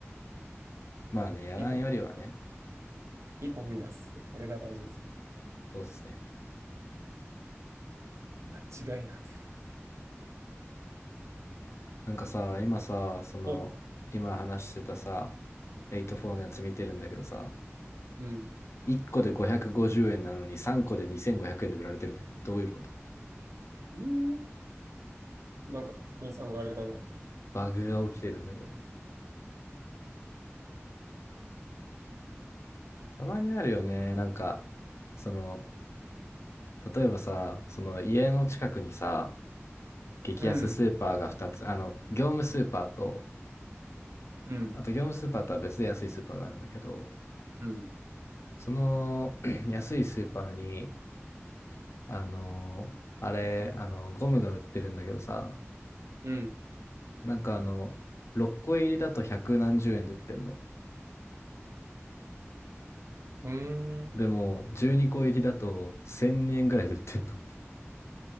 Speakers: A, on the left (about 65°); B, on the right (about 80°).
A: まあね、
B: やっぱ一歩。
A: やらんよりはね、
B: 一歩踏み出す。これが大事ですよ。
A: そうっすね。
B: 間違いなく。
A: なんかさ、今さ、その、
B: うん。
A: 今話してたさ、エイトフォーのやつ見てるんだけどさ、
B: うん。
A: 1個で550円なのに3個で2500円で売られてるんだけど、どういうこと
B: うん。なんか、計算があれだね。
A: バグが起きてるんだけど。たまにあるよね、なんか、その、例えばさ、その家の近くにさ、激安スーパーが2つ、
B: うん。
A: あの、業務スーパーと、
B: うん。
A: あと業務スーパーとは別で安いスーパーがあるんだけど、
B: うん。
A: その <clears throat> 安いスーパーに、あの、あれ、あの、ゴムが売ってるんだけどさ、
B: うん。
A: なんかあの、6個入りだと百何十円で売ってんの。
B: うーん。
A: でも、12個入りだと1000円ぐらいで売ってんの。